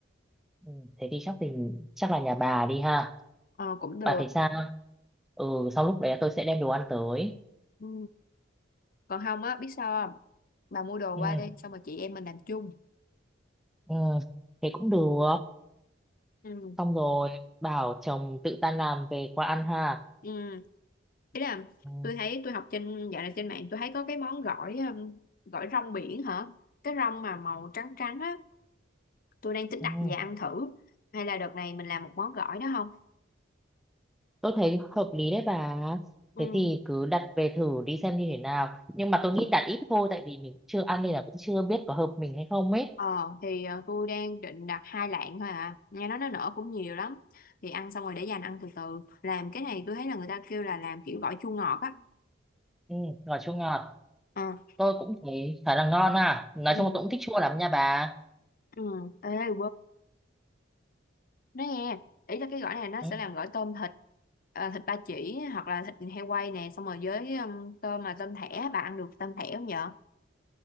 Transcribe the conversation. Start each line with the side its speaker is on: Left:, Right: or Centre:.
Centre: ừ, thế thì chắc thì chắc là nhà bà đi ha.
Left: ờ, cũng được
Centre: Bà thấy sao? ừ xong lúc đấy tôi sẽ đem đồ ăn tới
Left: Ừ. còn không á biết sao không bà mua đồ
Centre: ừ,
Left: qua đây xong rồi chị em mình làm chung
Centre: ừ thế cũng được
Left: ừ
Centre: xong rồi bảo chồng tự tan làm về qua ăn ha
Left: ừ Thế là
Centre: ừ,
Left: tôi thấy tôi học trên dạo này trên mạng tôi thấy có cái món gỏi um, gỏi rong biển hả cái rong mà màu trắng trắng á tôi đang tính
Centre: ừ.
Left: đặt về ăn thử hay là đợt này mình làm một món gỏi đó không
Centre: tôi thấy hợp lý đấy bà
Left: ừ
Centre: thế thì cứ đặt về thử đi xem như thế nào nhưng mà tôi nghĩ đặt ít thôi tại vì mình cũng chưa ăn nên là cũng chưa biết có hợp mình hay không ấy
Left: ờ thì ờ, tôi đang định đặt hai lạng thôi à nghe nói nó nở cũng nhiều lắm thì ăn xong rồi để dành ăn từ từ làm cái này tôi thấy là người ta kêu là làm kiểu gỏi chua ngọt á
Centre: ừ, ngọt chua ngọt
Left: Ờ.
Centre: tôi cũng thấy khá là ngon ha, nói
Left: ừ
Centre: chung là tôi cũng thích chua lắm nha bà
Left: ừ ê quê nói nghe ý là cái gỏi này nó
Centre: ừ,
Left: sẽ làm gỏi tôm thịt ờ, thịt ba chỉ hoặc là thịt heo quay nè xong rồi với um, tôm mà tôm thẻ bà ăn được tôm thẻ không vợ